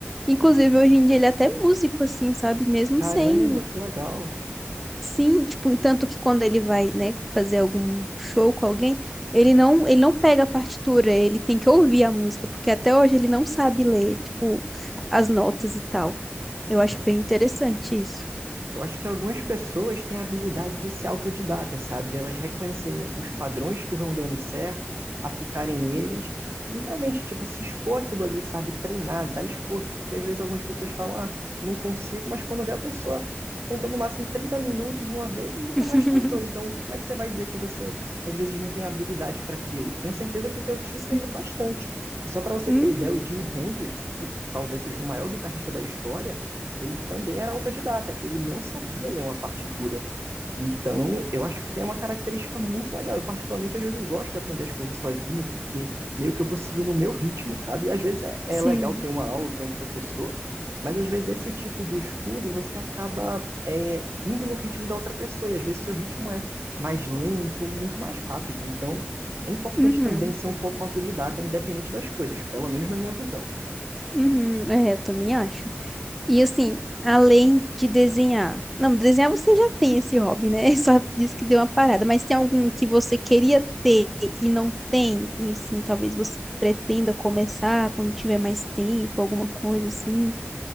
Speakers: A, in the centre; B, on the right.
A: Inclusive, hoje em dia ele é até músico, assim, sabe? Mesmo
B: Caramba,
A: sem.
B: que legal.
A: Sim, tipo, tanto que quando ele vai, né, fazer algum show com alguém, ele não, ele não pega a partitura, ele tem que ouvir a música, porque até hoje ele não sabe ler, tipo, as notas e tal. Eu acho
B: É,
A: bem interessante isso.
B: Eu acho que algumas pessoas têm a habilidade de ser autodidatas, sabe? De elas reconhecerem os padrões que vão dando certo, aplicarem eles e realmente, tipo, se expor aquilo ali, sabe? Treinar, dar esforço, porque às vezes algumas pessoas falam, ah, não consigo, mas quando vê a pessoa tentou no máximo 30 minutos uma vez e nunca
A: <laughs>
B: mais tentou. Então, como é que você vai dizer que você às vezes não tem habilidade para aquilo? Tenho certeza que o teu tio
A: Sim.
B: treinou bastante. E só para você
A: Uhum,
B: ter ideia, o Jimi Hendrix, que talvez seja o maior guitarrista da história, ele também era autodidata, ele não sabia ler uma partitura. Então, eu acho que é uma característica muito legal. Eu, particularmente, às vezes gosto de aprender as coisas sozinho, porque meio que eu vou seguir no meu ritmo, sabe? E às vezes é,
A: sim.
B: é legal ter uma aula, ter um professor, mas às vezes esse tipo de estudo você acaba é, indo no ritmo da outra pessoa, e às vezes seu ritmo é mais lento, muito mais rápido. Então, é importante
A: Uhum,
B: também ser um pouco autodidata, independente das coisas, pelo menos na minha visão.
A: uhum. É, eu também acho. E assim, além de desenhar. Não, desenhar você já tem esse hobby, né? <laughs> Só disse que deu uma parada. Mas tem algum que você queria ter e não tem? E sim, talvez você pretenda começar quando tiver mais tempo, alguma coisa assim.